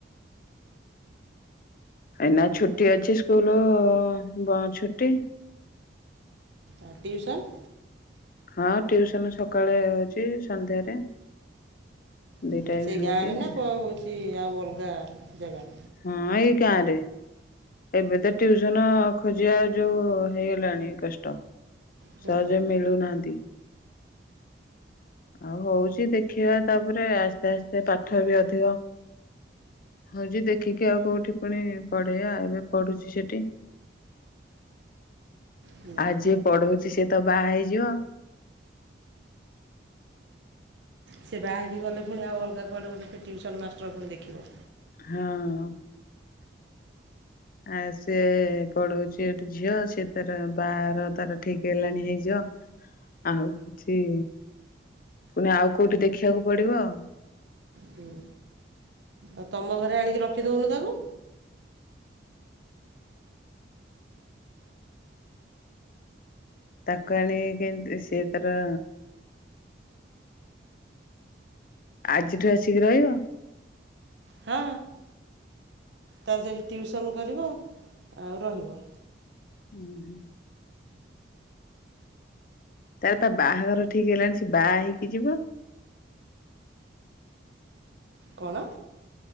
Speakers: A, on the left (about 50°); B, on the right (about 70°).
A: ଏନା ଛୁଟି ଅଛି ସ୍କୁଲ ବ ଛୁଟି।
B: ଆଉ ଟିଉସନ୍?
A: ହଁ ଟିଉସନ ସକାଳେ ହେଉଚି ସନ୍ଧ୍ୟାରେ ଦି
B: ଉ ହୁଁ
A: ଟାଇମ
B: ସେଇ
A: ହଉଛି
B: ଗାଁ ରେ
A: ହଁ
B: ନା କଣ ହଉଛି? କି ଆଉ ଅଲଗା ଜାଗା?
A: ହଁ ଏଇ ଗାଁ ରେ। ଏବେ ତ ଟ୍ୟୁସନ ଖୋଜିବା ଯୋଉ ହେଇଗଲାଣି କଷ୍ଟ।
B: ହୁଁ
A: ସହଯେ ମିଳୁନାହାନ୍ତି। ଆଉ ହଉଛି ଦେଖିବା ତାପରେ ଆସ୍ତେ ଆସ୍ତେ ପାଠ ବି ଅଧିକ ହଉଛି ଦେଖିକି ଆଉ କୋଉଠି ପୁଣି ପଢେଇବା ଆଉ। ଏବେ ପଢୁଚି ସେଠି।
B: ହୁଁ
A: ଆଉ ଯିଏ ପଢଉଚି ସିଏ ତ ବାହା ହେଇଯିବ।
B: ସେ ବାହା ହେଇକି ଗଲେ ପୁଣି ଆଉ ଅଲଗା କୁଆଡେ ଗୋଟେ ଟିଉସନ ମାଷ୍ଟର ପୁଣି ଦେଖିବ।
A: ହଁ। ଆ ସିଏ ପଢଉଛି ଏଠି ଝିଅ ସିଏ ତାର ବା ର ତାର ଠିକ ହେଲାଣି ହେଇଯ ଆଉ କିଛି ପୁଣି ଆଉ କୋଉଠି ଦେଖିବାକୁ ପଡିବ ଆ।
B: ହୁଁ ଆଉ ତମ ଘରେ ଆଣିକି ରଖିଦଉନୁ ତାକୁ?
A: ତାକୁ ଆଣ କେମତି ସିଏ ତାର ଆଜିଠୁ ଆସିକି ରହିବ।
B: ହଁ ତା ସେଠ ଟିଉସନ୍ କରିବ ଆଉ ରହିବ।
A: ହୁଁ ହୁଁ। ତାର ପା ବାହାଘର ଠିକ ହେଲାଣି ସେ ବାହା ହେଇକି ଯିବ।
B: କଣ?